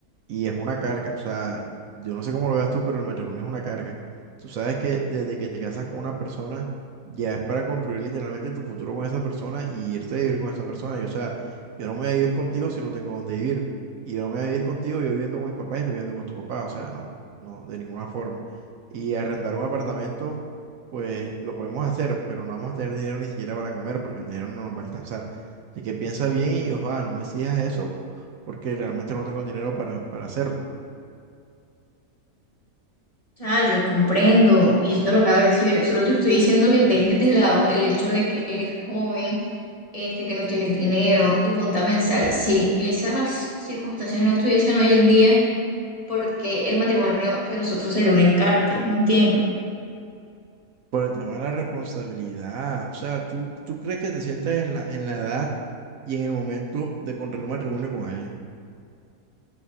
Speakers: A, on the right; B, on the left.
A: Y es una carga, o sea, yo no sé cómo lo veas tú, pero el matrimonio es una carga. Tú sabes que desde que te casas con una persona, ya es para construir literalmente tu futuro con esa persona y irte a vivir con esa persona. Y o sea, yo no me voy a vivir contigo si no tengo dónde vivir. Y yo no me voy a vivir contigo, yo viviendo con mis papás y tú viviendo con tu papá. O sea, no, no, de ninguna forma. Y arrendar un apartamento, pues lo podemos hacer, pero no vamos a tener dinero ni siquiera para comer porque el dinero no nos va a alcanzar. Así que piensa bien y ojalá no me exijas eso porque realmente no tengo el dinero para, para hacerlo.
B: sea, yo comprendo, y eso te lo acabo de decir, solo te estoy diciendo que dejes de lado el hecho de que eres joven, este, que no tienes dinero, y ponte a pensar, si esas circunstancias no estuviesen hoy en día, porque el matrimonio de nosotros sería un encarte? No entiendo.
A: Por el tema de la responsabilidad, o sea, ¿tú, tú crees que te sientes en la, en la edad y en el momento de contraer matrimonio con alguien?